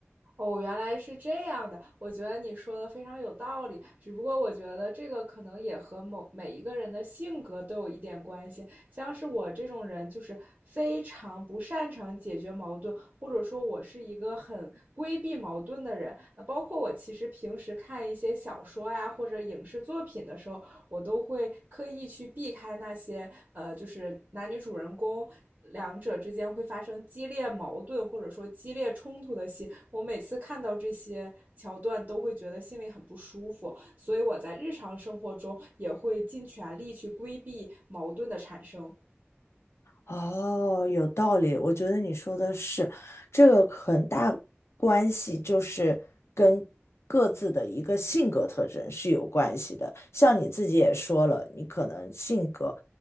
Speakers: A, on the right; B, on the left.
A: 哦，原来是这样的，我觉得你说的非常有道理。只不过我觉得这个可能也和某每一个人的性格都有一点关系。像是我这种人，就是非常不擅长解决矛盾，或者说我是一个很规避矛盾的人。呃包括我其实平时看一些小说呀或者影视作品的时候，我都会刻意去避开那些呃，就是男女主人公两者之间会发生激烈矛盾或者说激烈冲突的戏，我每次看到这些桥段都会觉得心里很不舒服，所以我在日常生活中也会尽全力去规避矛盾的产生。
B: 哦，有道理，我觉得你说的是，这个很大关系就是跟各自的一个性格特征是有关系的。像你自己也说了，你可能性格